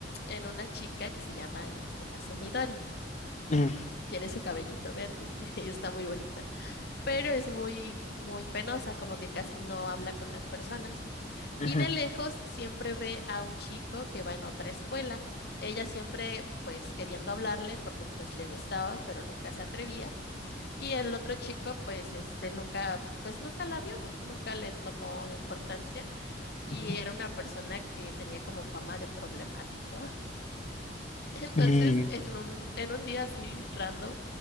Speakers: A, on the left (about 60°); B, on the left (about 40°).
A: en una chica que se llama, en este caso, Midori.
B: Ujú,
A: Tiene su cabellito verde y, <laughs> y está muy bonita, pero es muy, muy penosa, como que casi no habla con las personas.
B: ujú,
A: Y de lejos siempre ve a un chico que va en otra escuela. Ella siempre pues queriendo hablarle porque pues le gustaba, pero nunca se atrevía. Y el otro chico pues este nunca pues nunca la vio, nunca le tomó importancia y
B: ujú,
A: era una persona que tenía como fama de problemático. <laughs> Entonces,
B: Mm,
A: en un en un día así random,